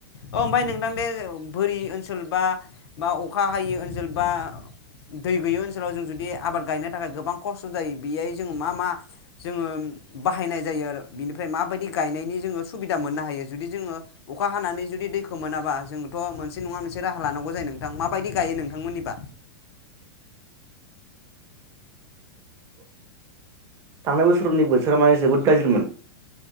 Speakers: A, on the left; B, on the right.
A: अ ओमफ्राय नोंथां बे बोरि ओनसोल बा बा अखा हायि ओनसोल बा दै गैयि ओनसोलाव जों जुदि आबाद गायनो थाखाय गोबां खस्थ जायो बेयाय जोंङो मा मा जोङो बाहायनाय जायो आरो बिनिफ्राय माबायदि गायनायनि जोङो सुबिदा मोननो हायो जुदि जोङो अखा हानानै जुदि दैखौ मोनाबा जोंथ मोनसे नङा मोनसे राहा लानांगौ जायो नोंथां माबायदि गायो नोंथां मोननिबा
B: थांनाय बोसोरनि बोथोरा माने जोबोद गाज्रिमोन